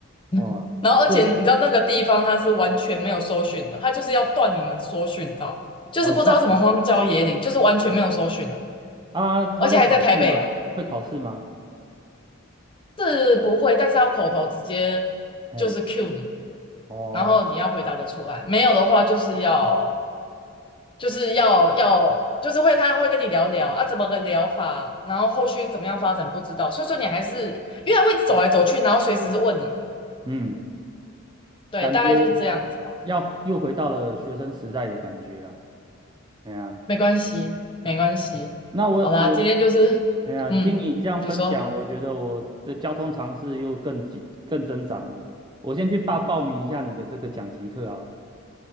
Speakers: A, on the left; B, on the right.
A: <laughs>
B: 哇，
A: 然后而且你知道那个地方它是完全没有搜寻的，
B: 所以
A: 它就是要断你们搜寻道？就是不知道什么荒郊野岭，
B: 哦怕
A: 就是完全没有搜寻啊、
B: 啊，他会考试吗？
A: 而且还在台北哦。
B: 会考试吗？
A: 是不会，但是要口头直接
B: 哎，
A: 就是 cue 你，
B: 哦，
A: 然后你要回答的出来，没有的话就是要就是要要就是会他会跟你聊聊啊，怎么个聊法，然后后续怎么样发展不知道，所以说你还是因为他会一直走来走去，然后随时问你，
B: 嗯，
A: 对，
B: 感觉
A: 大概就是这样子吧，
B: 要又回到了学生时代的感觉啦。哎呀，
A: 没关系，没关系，
B: 那我我
A: 好啦，今天就是
B: 哎呀，
A: 嗯，
B: 听你这样分享，
A: 你说
B: 我觉得我的交通常识又更紧更增长了。我先去报报名一下你的这个讲习课好了。